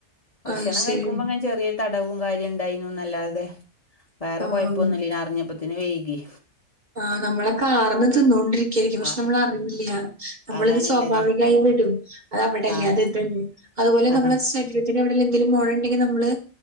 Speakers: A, on the left; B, on the right.
A: ഭക്ഷണം
B: അത് ശരി.
A: കഴിക്കുമ്പങ്ങനെ ചെർ തടവും കാര്യം ഇണ്ടായ്നുന്നല്ലാതെ വേറെ
B: ആഹ്
A: കൊഴ്പ്പൊന്നുല്ലെനി അർഞ്ഞപ്പോത്തിന് വൈകി
B: ആഹ് നമ്മളെ കാർന്ന് തിന്നോണ്ടിരി <unintelligible> പക്ഷേ
A: ആ
B: നമ്മളർഞ്ട്ടില്ല നമ്മളിത്
A: അതാണ്ള്ളത്
B: സ്വാഭാവികയ്ട്ട് വെരും അത് അവിടല്ല
A: ആഹ്
B: അത് ഇതല്ലെ അത്പോലെ
A: ആഹ്
B: നമ്മളെ സെ ശരീരത്തിന് എവിടെലും എന്തെങ്കിലും മൊഴ ഇണ്ടെങ്കില് നമ്മള്